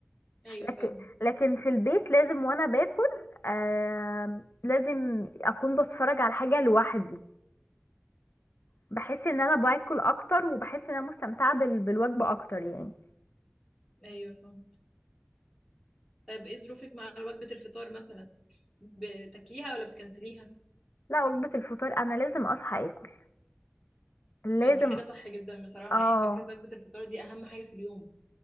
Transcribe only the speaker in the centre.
ايوه
فاهمة
ايوه فاهمة طيب ايه ظروفك مع وجبة الفطار مثلا بتاكليها ولا بتكنسليها
ما دي حاجة صح جدا بصراحة
يعني فكرة وجبة الفطار دي اهم حاجة في اليوم